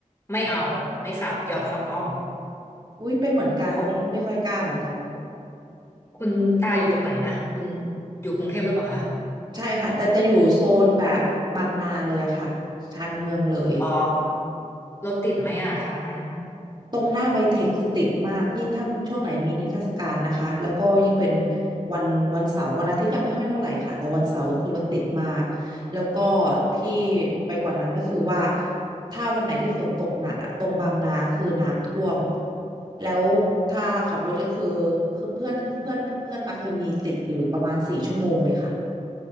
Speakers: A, on the left; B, on the right.
A: ไม่เอาไม่ขับยอมขับอ้อม
B: อุ้ยเป็นเหมือนกันนี่ไม่ค่อยกล้าเหมือนกัน
A: เพราะคุณตาอยู่ตรงไหนนะคุณอยู่กรุงเทพหรือเปล่าคะ
B: ใช่ค่ะแต่จะอยู่โซนแบบบางนาเลยอะค่ะชานเมืองเลย
A: อ๋อรถติดไหมอะทางนั้น
B: ตรงหน้าไบเทคคือติดมากยิ่งถ้าช่วงไหนมีนิทรรศการนะคะแล้วก็ยิ่งเป็นวันวันเสาร์วันอาทิตย์ยัไม่ค่อยเท่าไหร่ค่ะแต่วันเสาร์ก็คือรถติดมากแล้วก็ที่ไปกว่านั้นก็คือว่าถ้าวันไหนที่ฝนตกหนักอะตรงบางนาคือน้ำท่วมแล้วถ้าขับรถก็คือคือเพื่อนเพื่อนเพื่อนปาเคยมีติดอยู่ประมาณสี่ชั่วโมงเลยค่ะ